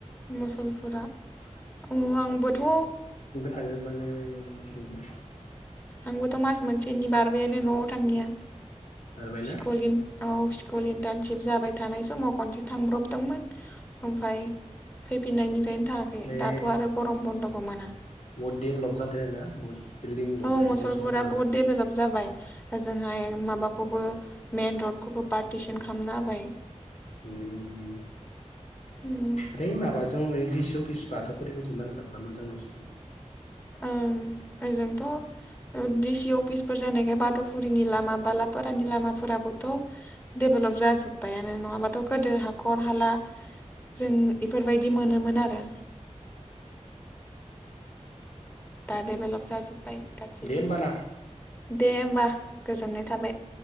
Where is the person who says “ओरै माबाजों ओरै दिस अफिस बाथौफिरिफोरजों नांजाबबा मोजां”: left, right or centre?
Left